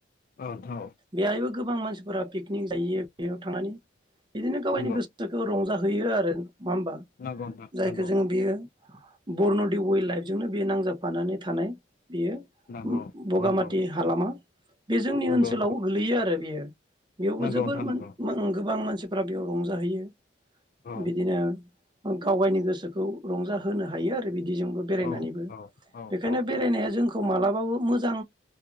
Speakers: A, on the left; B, on the right.
A: औ नोंथां औ
B: बेहायबो गोबां मानसिफोरा पिकनिक जाहैयो बेयाव थांनानै बिदिनो गावगायनि
A: नंगौ
B: गोसोखौ रं जा होयो आरो। नंङा होमबा?
A: नंगौ नोंथां
B: जायखौ
A: नंगौ
B: जोंङो बियो बरनदि वाइल्ड लाइफजोंनो बे नांजाबफानानै थानाय। बियो
A: नंगौ
B: उम बगामाथि हालामा। बे जोंनि
A: नंगौ
B: ओनसोलाव
A: नंगौ
B: गोलैयो आरो बेयो। बेयावबो
A: नंगौ
B: जोबोर
A: नोंथां
B: मोन
A: नंगौ
B: मो गोबां मानसि फोरा बेयाव रंजाहैयो।
A: औ
B: बिदिनो ओ गाव गायनि गोसोखौ रंजाहोनो हायो आरो बिब दिजोंबो बेरायनानैबो
A: औ औ औ
B: बेखायनो
A: औ
B: बेरायनाया
A: औ
B: जोंखौ मा ला बाबो मोजां